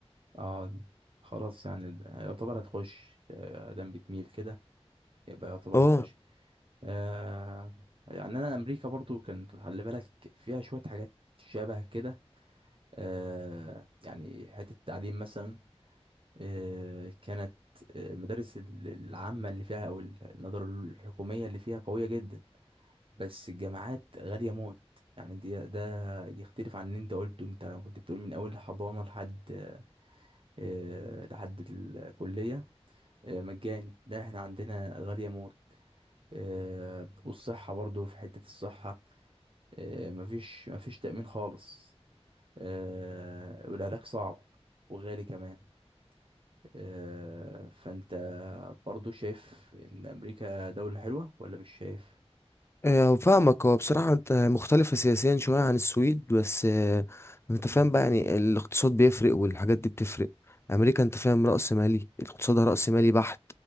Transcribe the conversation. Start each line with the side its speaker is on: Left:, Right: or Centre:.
Right: اه خلاص يعني يعتبر هتخش آه، ادام بتميل كده يبقى يعتبر
Left: اه
Right: هتخش آه يعني انا امريكا برضو كان خلي بالك فيها شوية حاجات شبه كده آه، يعني حتة التعليم مثلا آه، كانت آه، المدارس ال- العامة اللي فيها أو ال- النظر الحكومية اللي فيها قوية جدا بس الجامعات غالية موت يعني دي ده يختلف عن اللي انت قلته انت كنت بتقول من أول حضانة لحد آه، لحد الكلية آه، مجاني لا احنا عندنا غالية موت آه، والصحة برضو في حتة الصحة آه، مفيش مفيش تأمين خالص آه، والعلاج صعب وغالي كمان آه، فانت برضو شايف ان امريكا دولة حلوة ولا مش شايف
Left: آه، فاهمك هو بصراحة انت مختلفة سياسيا شوية عن السويد بس آه، انت
Right: مم.
Left: فاهم بقى يعني الاقتصاد بيفرق والحاجات دي بتفرق امريكا انت فاهم رأس مالي اقتصادها رأس مالي بحت